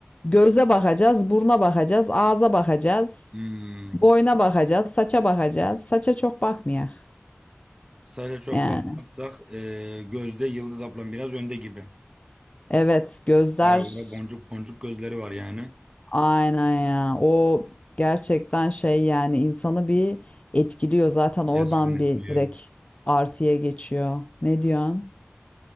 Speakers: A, on the left; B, on the right.
A: Göze bakacağız, buruna bakacağız, ağza bakacağız,
B: Hmm.
A: boyna bakacağız, saça bakacağız. Saça çok bakmayak
B: Saça çok
A: yani.
B: bakmazsak e, Gözde Yıldız ablam biraz önde gibi.
A: Evet, gözler
B: Ara ara boncuk boncuk gözleri var yani.
A: aynen ya. O gerçekten şey yani insanı bir etkiliyor zaten oradan
B: Gerçekten etkiliyor
A: bir direkt
B: evet.
A: artıya geçiyor. Ne diyorsun?